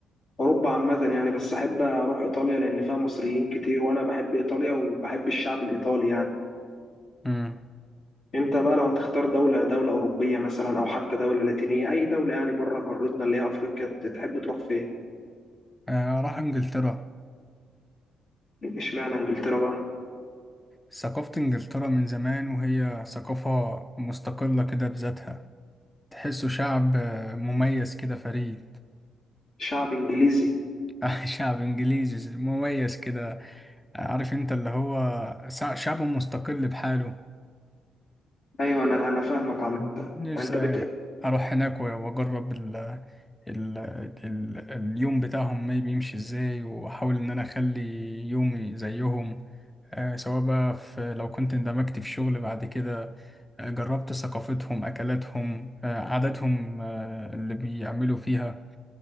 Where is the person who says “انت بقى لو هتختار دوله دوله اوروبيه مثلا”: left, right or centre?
Left